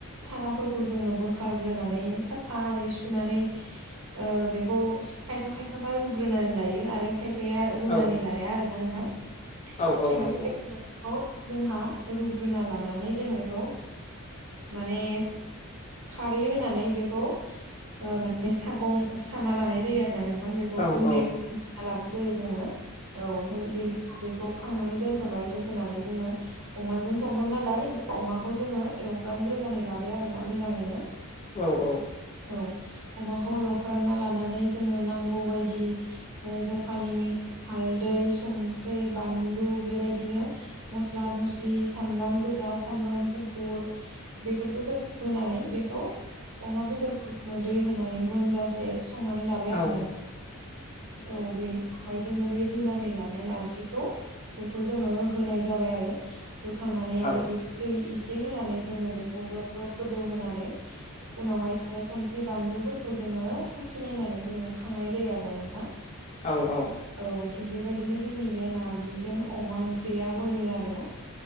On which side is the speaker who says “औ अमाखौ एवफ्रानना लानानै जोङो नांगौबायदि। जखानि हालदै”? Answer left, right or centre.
Right